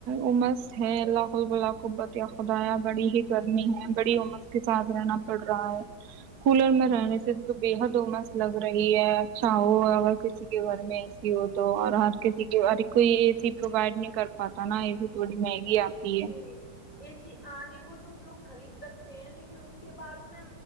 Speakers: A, on the right; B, on the left.
A: عمس اللہبلہب خدایا باری ح گرمی ہے بڑی امس کے ساتھ رہنا پڑ رہا ہے کولر میں رہنے سے بے حد امس لگ رہی ہے اچھا ہو اگر کسی کے گھر میں اے سی ہو تو اور ہر کسی کے ہ کوئی اےی پروائڈ نہیں کر پاتا نا اے سی تھوڑی مہنگی آتی
B: جی
A: ہے
B: ا سی آنے کو تو لوگ خرید سکتے ہیں لیکن اس کے بعد میں